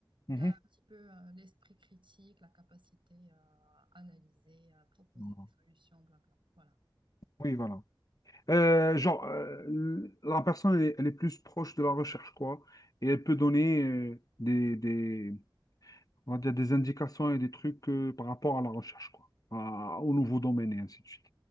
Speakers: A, on the left; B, on the right.
A: mhm.
B: il a un petit peu euh, l'esprit critique, la capacité à analyser, à proposer
A: Voilà.
B: des solutions, blabla. Voilà.
A: Oui, voilà. Euh, genre, euh, la personne, elle est, elle est plus proche de la recherche, quoi. Et elle peut donner euh, des, des, on va dire des indications et des trucs euh, par rapport à la recherche, quoi. À- au nouveau domaine et ainsi de suite.